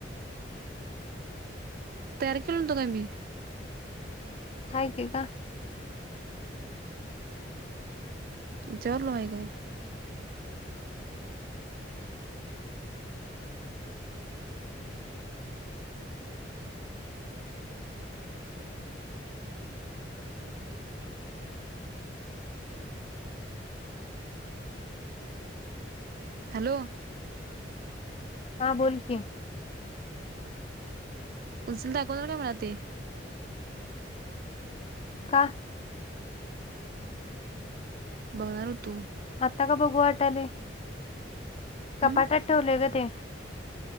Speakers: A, on the right; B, on the left.
A: तयार केलं नव्हतो काय मी
B: हाय की का?
A: विचारलो हाय काय हॅलो
B: हां बोल कि
A: उचलून दाखव जरा मला ते
B: का?
A: बघणार होतो
B: आता का बघू वाटलंय?
A: हम्म?
B: कपाटात ठेवलय ग ते